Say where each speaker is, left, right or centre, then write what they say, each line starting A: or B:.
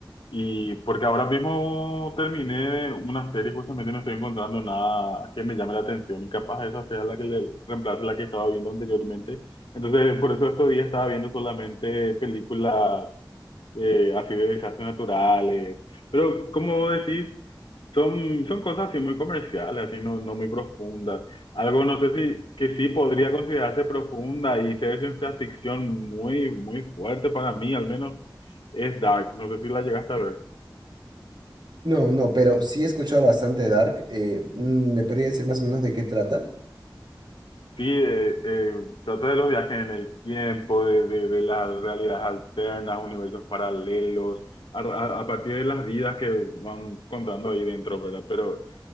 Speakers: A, on the left (about 85°); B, on the right (about 60°).
A: Y porque ahora mismo terminé una serie, justamente no estoy encontrando nada que me llame la atención y capaz esa sea la que le reemplace la que estaba viendo anteriormente. Entonces, por eso estos días estaba viendo solamente películas eh, así de desastres naturales. Pero como decís, son, son cosas así muy comerciales, así no, no muy profundas. Algo, no sé si, que sí podría considerarse profunda y ser ciencia ficción muy, muy fuerte para mí, al menos, es Dark. No sé si la llegaste a ver.
B: No, no, pero sí he escuchado bastante de Dark. eh, mm, ¿me podría decir más o menos de qué trata?
A: Sí, eh, eh, trata de los viajes en el tiempo, de, de, de las realidades alternas, universos paralelos, a, a- a partir de las vidas que van contando ahí dentro, ¿verdad? Pero